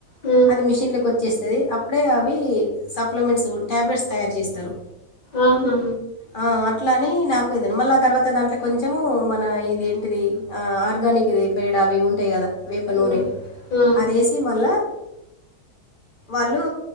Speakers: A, on the left; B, on the left.
A: హ్మ్
B: అది మిషన్లోకి వచ్చేస్తది అప్పుడే అవి సప్లిమెంట్స్ ట్యాబ్లెట్స్ తయారు చేస్తారు
A: ఊహూ
B: ఆ అట్లానే నాకు ఇది మళ్ళీ ఆ తర్వాత అతే దాంట్లో కొంచెము మన ఇది ఏంటిది ఆర్గానిక్ ఇది పేడా అవి ఇవి ఉంటాయి కదా వేపునూనె
A: ఆ ఆ
B: అదే మల్ల వాళ్ళు